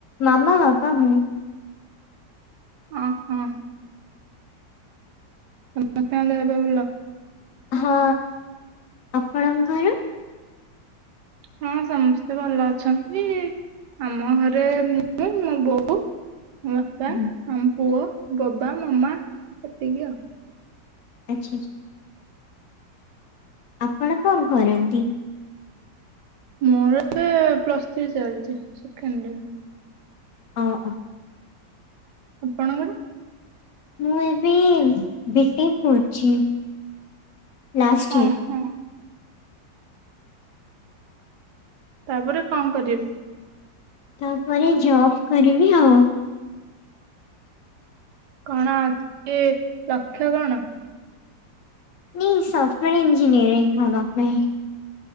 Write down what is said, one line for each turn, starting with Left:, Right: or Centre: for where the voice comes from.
Left: ମାମା, ବାବା, ମୁଁ।
Right: ଓ ହ। ସମସ୍ତଙ୍କ ଦେହ ପା ଭଲ?
Left: ହଁ, ଆପଣଙ୍କର?
Right: ହଁ ସମସ୍ତେ ଭଲ ଅଛନ୍ତି। ଆମ ଘରେ ମୁଁ ମୋ ବୋଉ ମୋ ବାପା
Left: ହୁଁ,
Right: ଆମ ପୁଅ। ବବା, ମମା ସେତିକି ଆଉ
Left: ଆଛା ଆଛା। ଆପଣ କଣ କରନ୍ତି?
Right: ମୋର ଏବେ ପ୍ଲସ୍ ଥ୍ରୀ ଚାଲିଛି ସେକେଣ୍ଡ ଇଅର।
Left: ଓ ଅ।
Right: ଆପଣଙ୍କର?
Left: ମୁଁ ଏବେ ବି ଟେକ୍ କରୁଛି। ଲାଷ୍ଟ ଇୟର।
Right: ଓ ହୋ। ତାପରେ କଣ କରିବେ?
Left: ତାପରେ ଜବ୍ କରିବି ଆଉ।
Right: କଣ କେ ଲକ୍ଷ କଣ?
Left: ନି ସଫ୍ଟୱେୟର ଇନଜିନିୟରିଙ୍ଗ ହେବା ପାଇଁ।